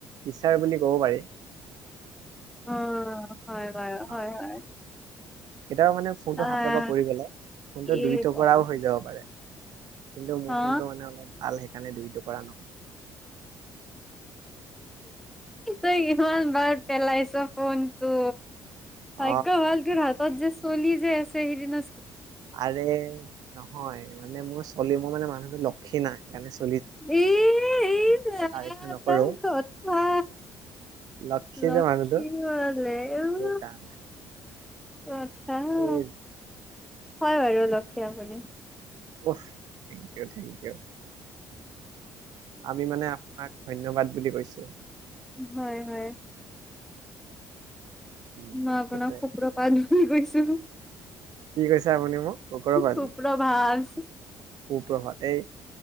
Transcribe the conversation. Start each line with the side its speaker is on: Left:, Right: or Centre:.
Right: বিচাৰ বুলি ক'ব পাৰি
Centre: অ হয় বাৰু
Right: অ
Centre: হয় হয়
Right: কেতিয়াবা মানে ফোনটো
Centre: আহ
Right: সাতৰ পৰা পৰি গ'লে ফোনটো
Centre: কি
Right: দুই টুকুৰাও
Centre: কম আৰু
Right: হৈ যাব পাৰে কিন্তু মোৰ
Centre: হা
Right: ফোন টো মানে অলপ ভাল সেইকাৰণে দুই টুকুৰা নহয়
Centre: তই ইমান বাৰ পেলাইছ ফোনটো
Right: অ
Centre: ভাগ্য ভাল তোৰ হাতত যে চলি যে আছে সেইদিনা
Right: আৰে নহয় মানে মোৰ চলিবলে মোৰ মানে মানুহটো লক্ষী নাই হেইয়ে
Centre: এএ বৰ
Right: তাৰিফটো নকৰো
Centre: তাৰ কথা
Right: লক্ষী
Centre: লক্ষী
Right: যে মানুহটো
Centre: বোলে উ
Right: সেইকাৰণে
Centre: কথা হয়
Right: এই
Centre: বাৰু অলপ অঁ <unintelligible>
Right: অ থেংক ইউ থেংক ইউ আমি মানে আপোনাক ধন্যবাদ বুলি কৈছোঁ
Centre: হয় হয়
Right: উম
Centre: মা আপোনাৰ
Right: সেইটোৱে
Centre: সুপ্ৰপাত ধই গৈছে গুহ
Right: কি কৈছো আপুনি মোক গগৰ
Centre: সু
Right: বালি
Centre: সুপ্ৰভাৱ
Right: সুপ্ৰভাত এই